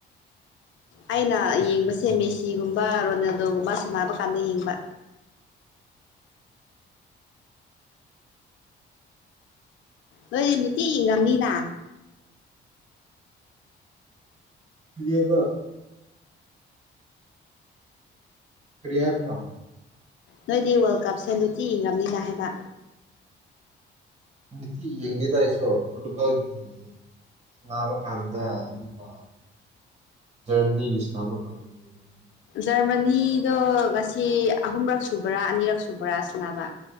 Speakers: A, on the right; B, on the left.
A: ꯄꯣꯔꯇꯨꯒꯜ
B: ꯑꯩꯅ
A: ꯗꯤꯐꯦꯟꯁꯇꯣ
B: ꯌꯦꯡꯕꯁꯦ ꯃꯦꯁꯤꯒꯨꯝꯕ ꯔꯣꯅꯥꯜꯗꯣꯒꯨꯝꯕ ꯁꯥꯟꯅꯕ ꯀꯥꯟꯗ ꯌꯦꯡꯕ ꯅꯣꯏꯗꯤ ꯅꯨꯡꯇꯤꯒꯤ ꯉꯝꯃꯤꯅ
A: <unintelligible> ꯀꯔꯤꯍꯥꯏꯕꯅꯣ
B: ꯅꯣꯏꯗꯤ ꯋꯥꯔꯜ ꯀꯞꯁꯦ ꯅꯨꯇꯤꯒꯤ ꯏꯪꯉꯝꯃꯤꯅ ꯍꯥꯏꯕ
A: ꯅꯨꯡꯇꯤꯒꯤ ꯌꯦꯡꯗꯦꯗ ꯑꯩꯁꯨ ꯄꯣꯔꯇꯨꯒꯥꯜꯒꯤ ꯁꯥꯅꯥꯕ ꯀꯥꯟꯗ ꯑꯗꯨꯒ ꯖꯔꯃꯥꯅꯤꯒꯤ ꯁꯥꯅꯕ ꯀꯥꯟꯗ ꯌꯦꯡꯕꯅꯦꯍꯦ
B: ꯖꯔꯃꯥꯅꯤꯗꯣ ꯉꯁꯤ ꯑꯍꯨꯝꯔꯛ ꯁꯨꯕ꯭ꯔꯥ ꯑꯅꯤꯔꯛ ꯁꯨꯕ꯭ꯔꯥ ꯁꯥꯅꯕ